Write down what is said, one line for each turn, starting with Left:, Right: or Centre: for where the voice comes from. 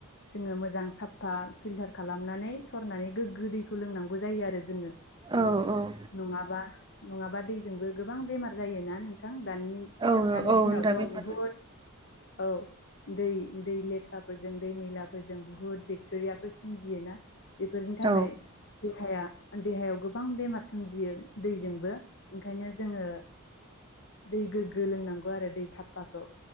Left: जोङो मोजां साफा फिल्टार खालामनानै सरनानै गोग्गो दैखौ लोंनांगौ जायो आरो जोङो।
Right: औ औ
Left: नङाबा नङाबा दैजोंबो गोबां बेमार जायोना नोंथां दानि
Right: औ
Left: दानि
Right: औ
Left: दिनावथ
Right: नोंथां बे
Left: बहुद औ। दै दै लेथ्राफोरजों दै मैलाफोरजों बुहुत बेक्टेरियाफोर सोमजियो ना। बेफोरनि थाखाय
Right: औ
Left: देहाया देहायाव गोबां बेमार सोमजियो दैजोंबो। ओंखायनो जोङो दै गोग्गो लोंनांगौ आरो दै साफाखौ।